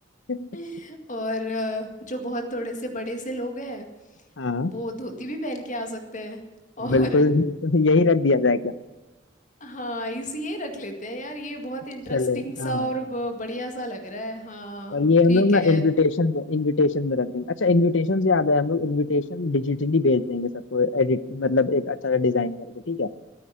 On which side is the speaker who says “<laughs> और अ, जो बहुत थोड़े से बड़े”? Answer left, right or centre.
Left